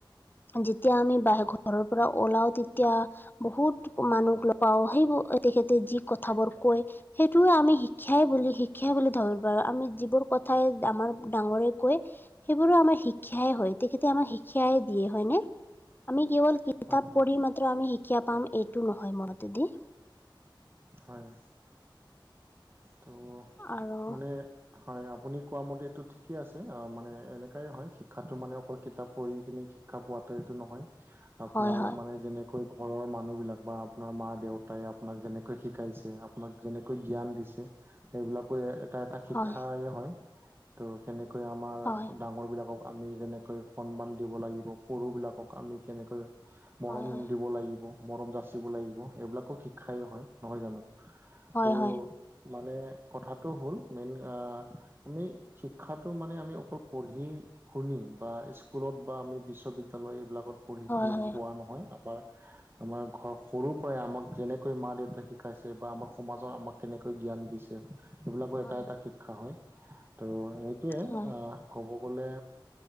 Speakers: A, on the left; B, on the right.
A: যেতিয়া আমি বাহ ঘৰৰ পৰা ওলাও তেতিয়া বহুত মানুহ লগ পাও সেইবোৰ তেখেতে যি কথাবোৰ কয়। সেইটোৱে আমি শিক্ষাই বুলি-শিক্ষাই বুলি ধৰিব পাৰো আমি যিবোৰ কথাই আমাৰ ডাঙৰে কয়। সেইবোৰো আমাৰ শিক্ষাই হয় তেখেতে আমাক শিক্ষাই দিয়ে হয়নে আমি কেৱল কিতাপ
B: হয় হয়
A: পঢ়ি মাত্ৰ আমি শিক্ষ্যা পাম এইটো নহয় মনতে দি
B: হয়। ত'
A: আৰু
B: মানে হয় আপুনি কোৱা মতে এইটো ঠিকে আছে আ মানে এনেকাই হয় শিক্ষাটো মানে অকল কিতাপ পঢ়ি কিনে কি শিক্ষা পোৱাটো এইটো নহয় আপোনাৰ
A: হয় হয়
B: মানে যেনেকৈ ঘৰৰ মানুহ বিলাক বা আপোনাৰ মা-দেউতাই আপোনাক যেনেকৈ শিকাইছে আপোনাক যেনেকৈ জ্ঞান দি ছে সেইবিলাকো এ এটা-এটা শিক্ষাই
A: হয়
B: হয়। তো কেনেকৈ আমাৰ
A: হয়,
B: ডাঙৰবিলাকক আমি যেনেকৈ সন্মান দিব লাগিব, সৰুবিলাকক আমি কেনেকৈ মৰম
A: হয়, হয়,
B: দিব লাগিব। মৰম যাচিব লাগিব এইবিলাকো শিক্ষাই হয়, নহয় জানো
A: হয়,
B: ত
A: হয়,
B: মানে কথাটো হ'ল মেইন আমি শিক্ষাটো মানে আমি অকল পঢ়ি শুনি বা স্কুলত বা আমি বিশ্ববিদ্যালয় এইবিলাকত পঢ়ি
A: হয়,
B: পিনি
A: হয়, হয়।
B: পোৱা নহয় আবাৰ আমাৰ ঘৰ সৰু পৰাই আমাক যেনেকৈ মা- দেউতা শি শিকাইছে বা আমাৰ সমাজত আমাক কেনেকৈ জ্ঞান দিছে। সেইবিলাকো
A: হয়,
B: এটা-এটা
A: হয়,
B: শিক্ষা হয় ত' এইটোৱে
A: হয়,
B: আহ ক'ব গ'লে